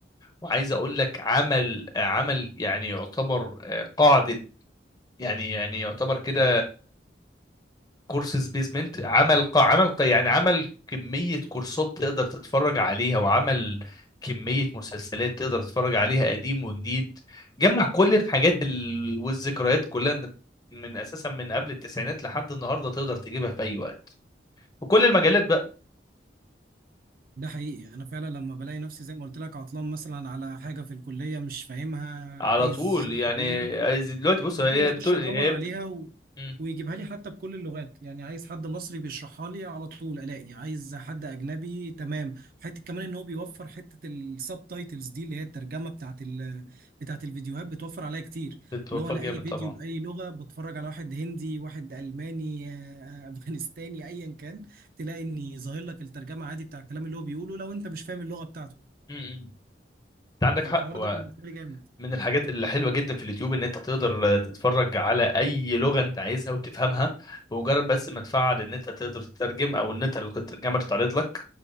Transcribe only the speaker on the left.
وعايز اقول لك عمل عمل يعني يعتبر آه، قاعده يعني يعني يعتبر كده كورسز بيزمنت عمل قا عمل قا يعني عمل كمية كورسات تقدر تتفرج عليها وعمل كمية مسلسلات تقدر تتفرج عليها قديم وجديد جمع كل الحاجات ال... والذكريات كلها إنك من أساسا من قبل التسعينات لحد النهاردة تقدر تجيبها في أي وقت وكل المجالات بقى
على
طول
يعني
عايز- دلوقتي بص
هي
بتقول
هي
بت...
مم.
بتوفر
جامد
طبعا
مم. انت عندك
حق و...
من الحاجات الحلوه جدا في اليوتيوب ان انت تقدر تتفرج على اي لغه انت عايزها وتفهمها بمجرد بس ما تفعل ان انت تقدر تترجم او ان انت الترجمه تتعرض لك